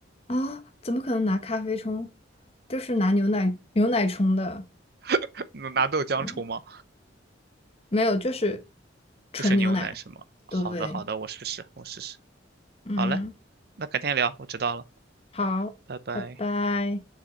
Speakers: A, on the left; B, on the right.
A: 啊，怎么可能拿咖啡冲？就是拿牛奶牛奶冲的。
B: <laughs> 拿豆浆冲吗？
A: 嗯，没有，就是纯牛奶。
B: 就是牛奶是吗？好的，
A: 对，
B: 好的，我试试，我试试。
A: 嗯，
B: 好嘞，那改天聊，我知道了，
A: 好，
B: 拜拜。
A: 拜拜。